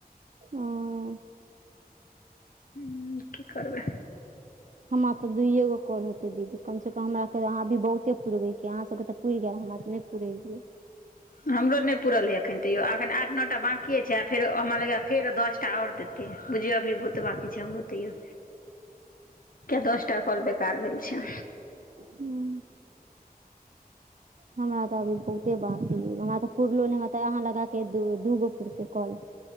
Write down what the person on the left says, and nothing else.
हम्म की करबै।
हमरो नइ पूरल हे एखन तयो आखन आठ नौटा बाकिए छै आ फेर हमरा लगेयै फेर दस ता ओर देतै बुझियो अभी बहुते बाकी छै हमरो त इयो कै दसटा काॅल बेकार भेल छै।